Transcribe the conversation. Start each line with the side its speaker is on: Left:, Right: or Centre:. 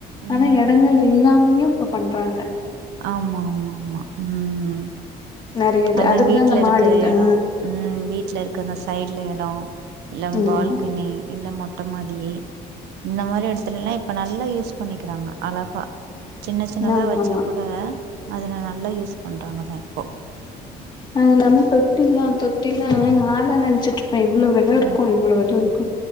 Right: ம்
Left: ஆனா எடங்கள் இல்லாமையு இப்ப பண்றாங்க
Right: ஆமா ஆமா ஆமா ம்
Left: நெறைய இது.
Right: அதா
Left: அதுக்கு
Right: வீட்டுல
Left: தான் அந்த
Right: இருக்கிற
Left: மாடில
Right: இடோ
Left: ஆ
Right: உம் வீட்ல இருக் இருக்குன்னு சைடல இடம் இல்ல பால்கனி
Left: ஆமா.
Right: இல்ல மொட்ட மொட்டமாடி இந்த மாரி இடத்துலல்லா இப்ப நல்லா யூஸ் பண்ணிக்கிறாங்க அழகா சின்ன
Left: ஆமா
Right: வைச்சா
Left: ஆமா
Right: கூட அதுல நல்லா யூஸ் பண்றங்கதா இப்போ
Left: அது இல்லாம தொட்டில தொட்டில நாதா நினைச்சிட்டு இருப்ப இவ்வளவு விலை இருக்கு
Right: ம்
Left: இவ்வளோ இது இருக்கு